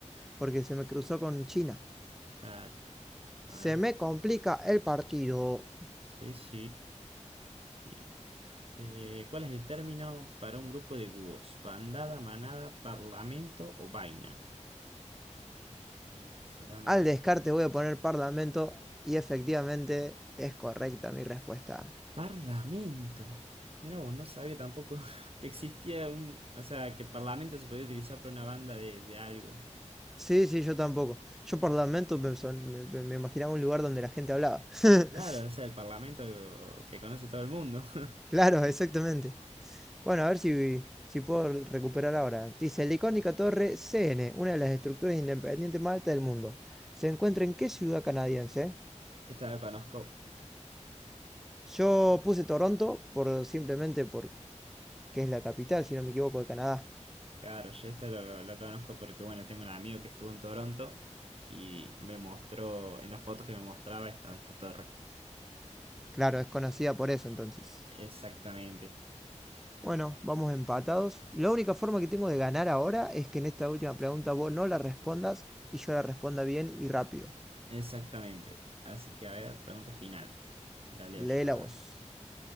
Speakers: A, in the centre; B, on the right (about 50°).
A: porque se me cruzó con China.
B: Claro. A
A: Se
B: ver.
A: me complica el partido.
B: Sí, sí. Bien. Eh, ¿cuál es el término para un grupo de búhos? ¿Bandada, manada, parlamento o vaina? Eh, ¿Será una
A: Al
B: bandada?
A: descarte voy a poner parlamento y efectivamente es correcta mi respuesta.
B: Parlamento. Mira vos, no sabía tampoco <laughs> que existía un, o sea, que parlamento se podía utilizar para una banda de, de algo.
A: Sí, sí, yo tampoco. Yo por Lamento me, son- me- me- me imaginaba un lugar donde la gente hablaba. <laughs>
B: Claro, o sea, el parlamento que conoce todo el mundo. <laughs>
A: Claro, exactamente. Bueno, a ver si, si puedo re- recuperar ahora. Dice, la icónica torre CN, una de las estructuras independientes más altas del mundo. ¿Se encuentra en qué ciudad canadiense?
B: Esta lo conozco,
A: Yo puse Toronto por simplemente porque es la capital, si no me equivoco, de Canadá.
B: claro, yo esta lo, lo conozco porque, bueno, tengo un amigo que estuvo en Toronto y me mostró, en las fotos que me mostraba estaba esta torre.
A: Claro, es conocida por eso entonces.
B: Exactamente,
A: Bueno, vamos empatados. La única forma que tengo de ganar ahora es que en esta última pregunta vos no la respondas y yo la responda bien y rápido.
B: exactamente. Así que, a ver, pregunta final. La leo
A: Lee
B: yo ahora.
A: la voz.